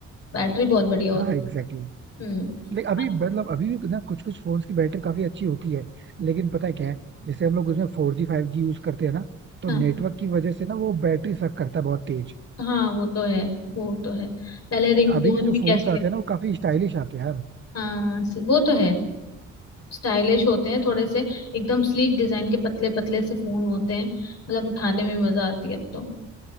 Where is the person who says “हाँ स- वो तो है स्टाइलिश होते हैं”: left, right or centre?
Left